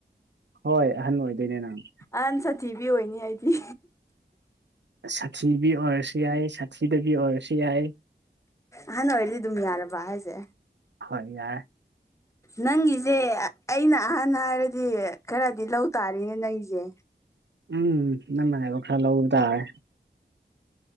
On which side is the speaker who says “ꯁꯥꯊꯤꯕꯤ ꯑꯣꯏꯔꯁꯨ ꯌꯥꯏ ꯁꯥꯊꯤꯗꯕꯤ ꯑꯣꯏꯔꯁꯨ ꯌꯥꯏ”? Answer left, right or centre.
Right